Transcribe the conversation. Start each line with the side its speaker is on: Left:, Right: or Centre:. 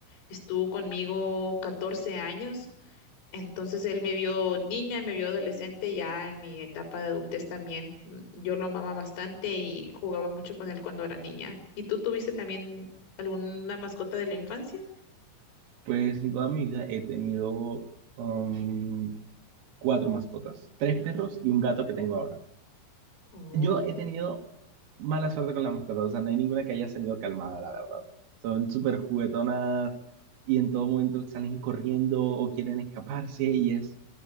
Left: estuvo conmigo 14 años entonces él me vio niña, me vio adolescente, ya en mi etapa de adultez también. Mm, Yo lo amaba bastante y jugaba mucho con él cuando era niña. ¿Y tú tuviste también alguna mascota de la infancia?
Right: pues en toda mi vida he tenido am, cuatro mascotas, tres perros y un gato que tengo ahora.
Left: Oh.
Right: Yo he tenido mala suerte con las mascotas, o sea, no hay ninguna que haya salido calmada, la verdad. Son súper juguetonas y en todo momento salen corriendo o quieren escaparse y es